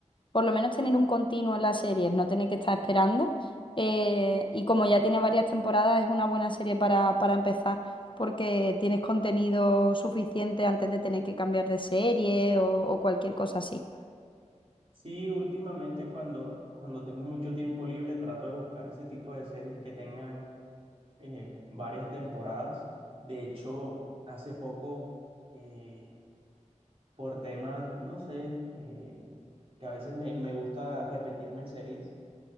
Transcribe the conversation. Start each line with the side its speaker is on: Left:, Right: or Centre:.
Left: por lo menos tener un continuo en las series, no tener que estar esperando. Eh, y como ya tiene varias temporadas, es una buena serie para, para empezar, porque tienes contenido suficiente antes de tener que cambiar de serie o, o cualquier cosa así.
Right: Sí, últimamente cuando, cuando tengo mucho tiempo libre trato de buscar ese tipo de series que tengan eh, varias temporadas. De hecho, hace poco, eh, por temas, no sé, eh, que a veces me, me gusta repetirme series,